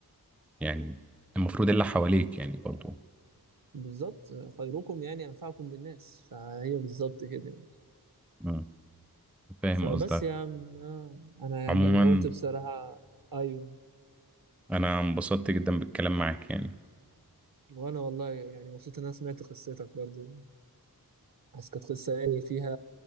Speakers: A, in the centre; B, on the right.
A: يعني المفروض اللي حواليك يعني برضو
B: بالظبط خيركم يعني أنفعكم للناس فهي بالظبط كده يعني
A: مم. فاهم
B: فبس
A: قصدك
B: يا عم آه، انا يعني
A: عموما
B: قلت بصراحة ايوه
A: انا انبسطت جدا بالكلام معاك يعني
B: وانا والله يعني مبسوط ان انا سمعت قصتك برضو بس كانت قصة يعني فيها